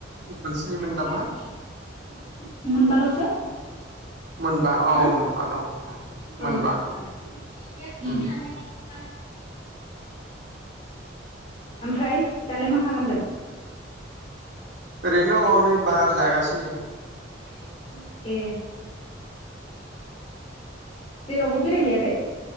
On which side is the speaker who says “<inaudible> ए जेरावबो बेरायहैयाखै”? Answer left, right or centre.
Left